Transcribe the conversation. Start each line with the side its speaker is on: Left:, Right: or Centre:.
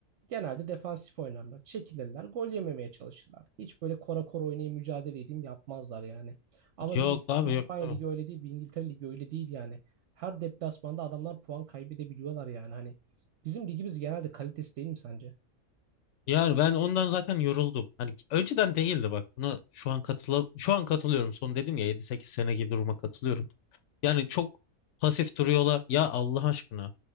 Right: Genelde defansif oynarlar. Çekilirler. Gol yememeye çalışırlar. Hiç böyle kora kora oynayıp mücadele edeyim yapmazlar yani. Ama
Left: Yok
Right: bir İs-
Left: abi
Right: İspanya
Left: yok. yok.
Right: Ligi öyle değil. Bir İngiltere Ligi öyle değil yani. Her deplasmanda adamlar puan kaybedebiliyorlar yani. Hani bizim ligimiz genelde kalitesi değil mi sence?
Left: Yani ben ondan zaten yoruldum. Hani önceden değildi bak. Buna şu an katıla şu an katılıyorum. Son dedim ya yedi sekiz seneki duruma katılıyorum. Yani çok pasif duruyorlar. Ya Allah aşkına.